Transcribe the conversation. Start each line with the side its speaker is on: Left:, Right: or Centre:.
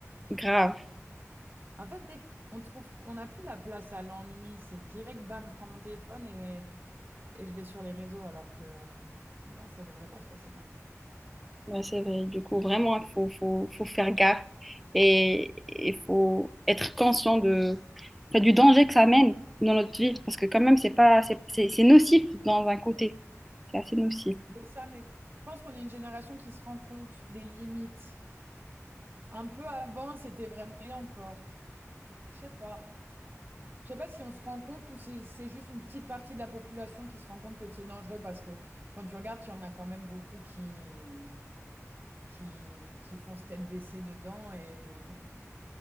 Centre: grave.
Right: En fait, dès qu'on trouve, on n'a plus la place à l'ennui, c'est direct, bam, je prends mon téléphone et, et je vais sur les réseaux, alors que euh, non, ça devrait pas se passer comme ça.
Centre: Ouais, c'est vrai. Du coup, vraiment, il faut, faut, faut faire gaffe et il faut être conscient de, enfin, du danger que ça amène dans notre vie. Parce que quand même, c'est pas, c'est, c'est- c'est nocif dans un côté. C'est assez nocif.
Right: C'est ça, mais je pense qu'on est une génération qui se rend compte des limites. Un peu avant, c'était vraiment... Et encore, je sais pas. Je sais pas si on se rend compte ou si c'est juste une petite partie de la population qui se rend compte que c'est dangereux parce que quand tu regardes, il y en a quand même beaucoup qui, qui, qui font se tête baissée dedans et